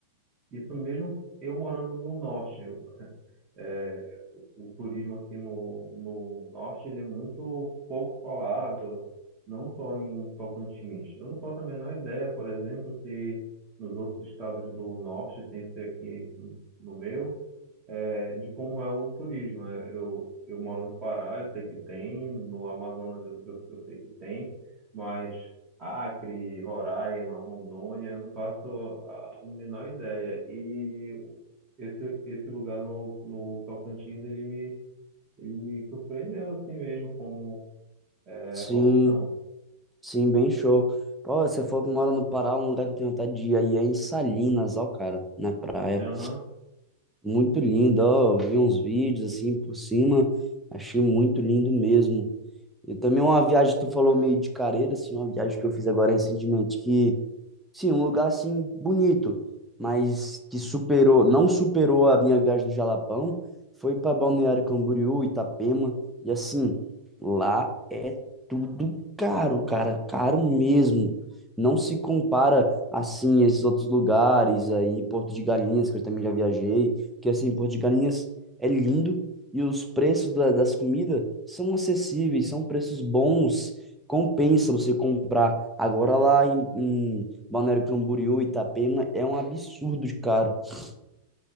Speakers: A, on the right; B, in the centre.
A: isso mesmo eu morando no norte. Eu, <laughs> é, o turismo aqui no, no norte ele é muito pouco falado, não só em Tocantins. Eu não faço a menor ideia, por exemplo, se nos outros estados do norte, sem ser aqui no meu, é, de como é o turismo. né? Eu, eu moro no Pará, eu sei que tem, no Amazonas eu, eu, eu sei que tem, mas Acre, Roraima, Rondônia, eu não faço a menor ideia. E esse, esse lugar no, no Tocantins, ele me, ele me surpreendeu assim mesmo como é,
B: Sim,
A: opção.
B: sim, bem show. Pô, você falou que mora no Pará, um lugar que eu tenho vontade de ir aí é em Salinas, ó, cara, na praia.
A: Aham,
B: Muito lindo, ó, eu vi uns vídeos assim por cima, achei muito lindo mesmo. E também uma viagem que tu falou meio de careira, assim, uma viagem que eu fiz agora recentemente, que Sim, um lugar assim bonito, mas que superou, não superou a minha viagem do Jalapão, foi para Balneário Camboriú, Itapema, e assim, lá é tudo caro, cara, caro mesmo. Não se compara assim a esses outros lugares aí, Porto de Galinhas, que eu também já viajei, que assim, Porto de Galinhas é lindo e os preços da- das comidas são acessíveis, são preços bons, compensa você comprar. Agora lá em, em Balneário Camboriú, Itapema, é um absurdo de caro. Não